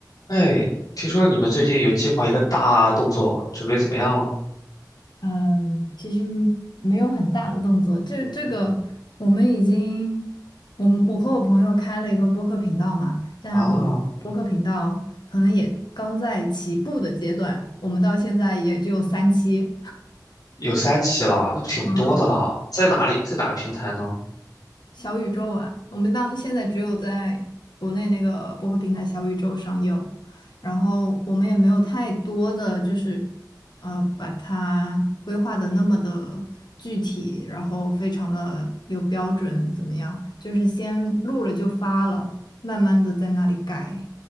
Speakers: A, on the left; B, on the left.
A: 哎，听说你们最近有计划一个大动作，准备怎么样了？
B: 嗯，其实没有很大的动作，这这个我们已经，我们我和我朋友开了一个播客频道嘛，但我们播客频道可能也刚在起步的阶段，
A: 啊，
B: 我们到现在也只有三期。
A: 有三期了，那挺多的了。
B: 嗯，
A: 在哪里？在哪个平台呢？
B: 小宇宙啊，我们当现在只有在国内那个播客平台小宇宙上有，然后我们也没有太多的就是呃把它规划的那么的具体，然后非常的有标准，怎么样？就是先录了就发了，慢慢的在那里改，